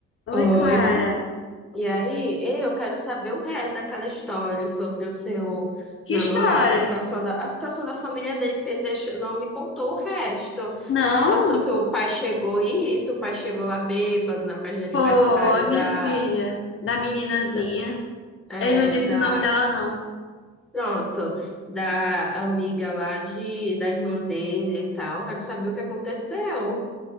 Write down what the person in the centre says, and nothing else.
Oi.
E aí, eu quero saber o resto daquela história sobre o seu
namorado,
a situação da, a situação da família dele, vocês deixou, não me contou o resto.
A situação que o pai chegou e isso, o pai chegou lá bêbado na festa de aniversário
da,
da, é,
da,
pronto, da amiga lá de, da irmã dele e tal. Quero saber o que aconteceu.